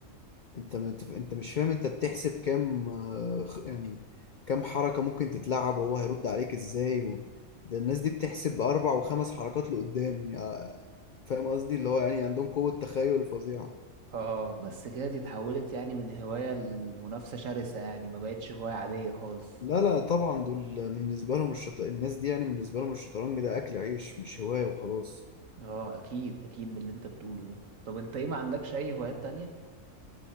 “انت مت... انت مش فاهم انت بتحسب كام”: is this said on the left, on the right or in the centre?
Left